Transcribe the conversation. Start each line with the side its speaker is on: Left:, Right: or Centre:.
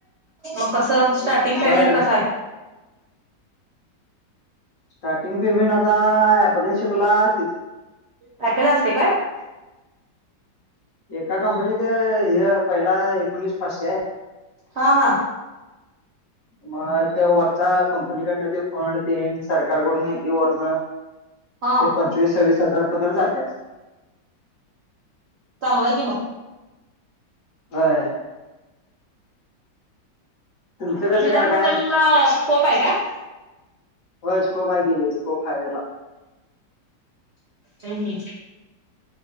Right: मग कसं, स्टार्टिंग
Left: होय
Right: पेमेंट कसं आहे?
Left: स्टार्टिंग पेमेंट आता अप्रनशिपला -
Right: पॅकेज असते का?
Left: एका कंपनीत हे पहिला एकोणीस पाचशे आहे.
Right: हा हा.
Left: मग ते वरच्या कंपनीकडन ते फंड- ते सरकारकडून येतय वरन
Right: हा
Left: ते पंचवीस सव्वीस हजार पर्यन्त जात्यात.
Right: चांगलंय कि मग.
Left: व्हय. तुमचं कसं
Right: डिझेल
Left: काय काय
Right: मेकॅनिकला स्कोप हाय काय?
Left: होय स्कोप हाय केलीस. स्कोप हाय त्याला.
Right: हम्म हम्म.